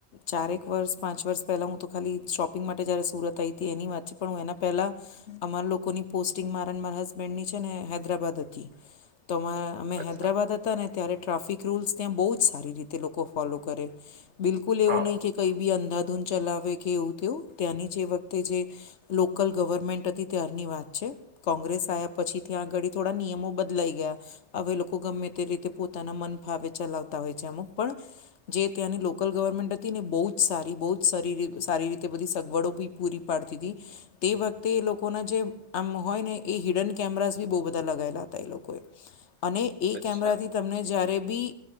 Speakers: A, on the left (about 75°); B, on the right (about 45°).
A: ચારેક વર્ષ પાંચ વર્ષ પહેલાં હું તો ખાલી શોપિંગ માટે જ્યારે સુરત આયી તી એની વાત છે પણ હું એના પહેલાં. અમારા લોકોની પોસ્ટિંગ મારા ન માર હસબેન્ડની છે ને હૈદરાબાદ હતી તો માં અમે
B: અચ્છા
A: હૈદરાબાદ હતા ને ત્યારે ટ્રાફિક રૂલ્સ ત્યાં બહુ જ સારી રીતે લોકો ફોલો કરે. બિલકુલ
B: હા
A: એવું નહીં કે કઈ બી અંધાધૂંધ ચલાવે કે એવું તેવું ત્યાંની જે વખતે જે. લોકલ ગવર્મેન્ટ હતી ત્યારની વાત છે. કોંગ્રેસ આયા પછી ત્યાં અગાડી થોડા નિયમો બદલાઈ ગયા. હવે લોકો ગમે તે રીતે પોતાના મન ફાવે ચલાવતા હોય છે અમુક પણ. જે ત્યાંની લોકલ ગવર્મેન્ટ હતી ને બહુ જ સારી બહુ જ સારી સારી રીતે બધી સગવડો બી. પૂરી પાડતી હતી. તે વખતે એ લોકોના જે આમ હોય ને એ હિડન કેમેરાસ બી બહુ બધા લગાયેલા હતા એ લોકોએ.
B: <inaudible>
A: અને એ
B: અચ્છા
A: કેમેરાથી તમને જ્યારે બી